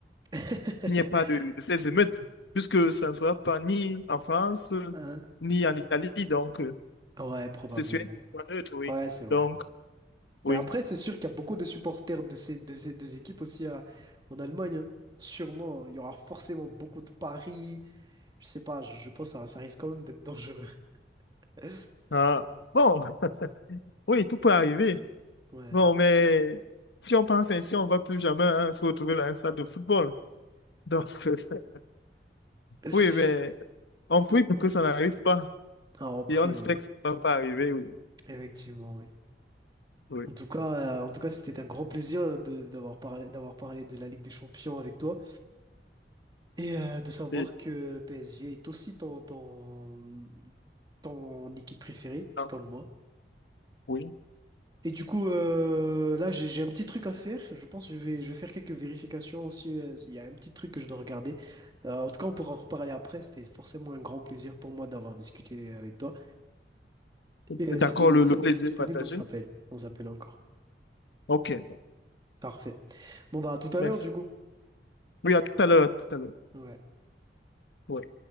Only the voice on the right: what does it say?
<laughs>
Hein?
Ouais, probablement.
Ouais, c'est vrai.
Mais après, c'est sûr qu'il y a beaucoup de supporters de ces, de ces deux équipes aussi à- en Allemagne. hein. Sûrement, il y aura forcément beaucoup de paris. Je sais pas, je, je pense que ça, ça risque quand même d'être dangereux. <laughs>
Ouais.
<laughs>
Ah, en prix,
ouais.
Effectivement, oui.
En tout cas, euh, en tout cas, c'était un grand plaisir euh, de, d'avoir parlé, d'avoir parlé de la Ligue des Champions avec toi et euh, de savoir
que PSG est aussi ton, ton, ton équipe préférée,
comme moi.
Et du coup, euh, là, j'ai j'ai un petit truc à faire. Je pense que je vais, je vais faire quelques vérifications aussi. euh, Il y a un petit truc que je dois regarder. Euh, en tout cas, on pourra en reparler après. C'était forcément un grand plaisir pour moi d'avoir discuté avec toi. Et euh,
si t'es
si
t'es disponible,
on s'appelle. On s'appelle encore.
Parfait. Bon bah à tout à
l'heure du coup.
Ouais.